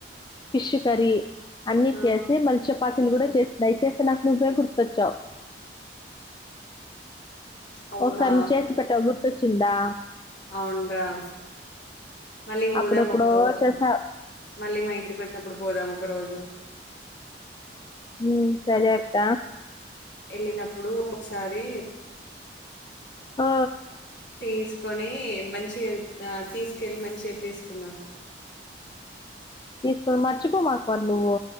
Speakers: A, on the left; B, on the left.
A: ఫిష్ కర్రీ అన్ని
B: ఆ
A: కసే మల్చ పాత్రలు కూడా చేస్తున్నాయి చేస్తే నాకు నువ్వే గుర్తొచ్చావు
B: అవునా
A: ఒకసారి నువ్వు చేసి పెట్టా గుర్ వచ్చిందా
B: అవున్రామళ్ళీ పోదాం
A: అప్పుడెప్పుడో
B: ఒకరోజు
A: చేసా
B: మళ్ళీ మా ఇంటికి వచ్చినప్పుడు పోదాం ఒకరోజు
A: హ సరే అక్క
B: ఎల్లినప్పుడు ఒకసారి
A: ఆ
B: తీసుకొని మంచిగా ఆ తీసుకెళ్ళి మంచిగా తీసుకుందాం
A: తీసుకు మర్చిపోమాకు మరి నువ్వు